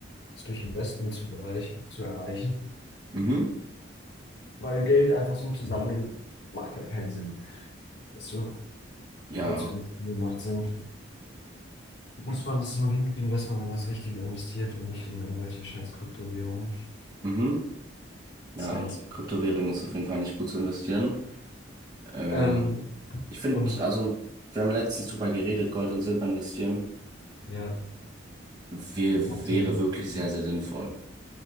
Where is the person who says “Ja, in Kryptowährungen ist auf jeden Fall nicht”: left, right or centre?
Right